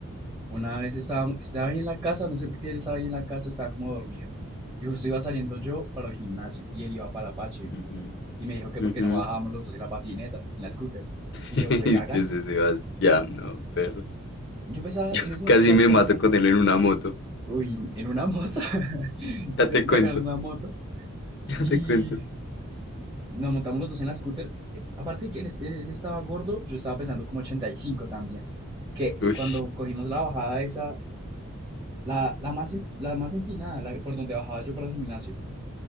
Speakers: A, on the right; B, on the left.
A: Una vez estaba, estaba ahí en la casa, no sé por qué él estaba ahí en la casa, estaba como dormido. Y justo iba saliendo yo para el gimnasio y él iba para Apache.
B: Ujú,
A: Y me dijo que porque
B: ujú.
A: no bajábamos los dos en la patineta, en la scooter.
B: <laughs>
A: Y yo,
B: Es
A: pues hágale.
B: que ese Sebastián, no, perro.
A: Yo pensaba,
B: Yo
A: en ese momento
B: casi
A: estaba
B: me
A: pensando
B: mato
A: como,
B: con él en una moto.
A: uy, en una moto. <laughs>
B: Ya
A: ¿De
B: te
A: dónde
B: cuento,
A: sacaron una moto?
B: ya
A: Y
B: te cuento.
A: nos montamos los dos en la scooter. Eh, Aparte de que él, es- él estaba gordo, yo estaba pesando como 85 también. Que
B: Uy,
A: cuando cogimos la bajada esa La, la más, em- la más empinada, la, que- por donde bajaba yo para el gimnasio.